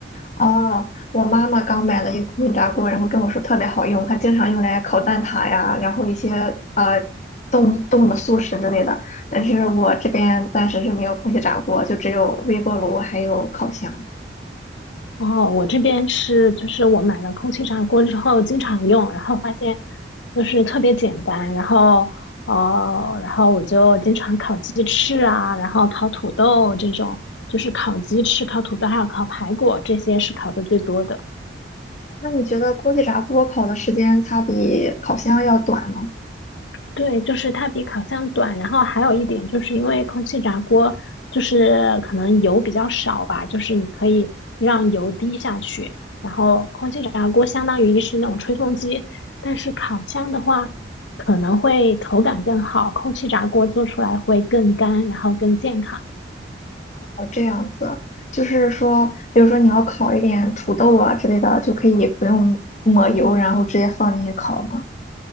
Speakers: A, on the left; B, on the left.
A: 哦，我妈妈刚买了一个空气炸锅，然后跟我说特别好用，她经常用来烤蛋挞呀，然后一些呃冻冻的速食之类的。但是我这边暂时是没有空气炸锅，就只有微波炉还有烤箱。
B: 哦，我这边是就是我买了空气炸锅之后经常用，然后发现就是特别简单，然后呃，然后我就经常烤鸡翅啊，然后烤土豆这种，就是烤鸡翅、烤土豆还有烤排骨，这些是烤的最多的。
A: 那你觉得空气炸锅烤的时间它比烤箱要短吗？
B: 对，就是它比烤箱短，然后还有一点就是因为空气炸锅就是可能油比较少吧，就是你可以让油滴下去，然后空气炸锅相当于是那种吹风机，但是烤箱的话可能会口感更好，空气炸锅做出来会更干，然后更健康。
A: 哦，这样子，就是说，比如说你要烤一点土豆啊之类的，就可以不用抹油，然后直接放进去烤吗？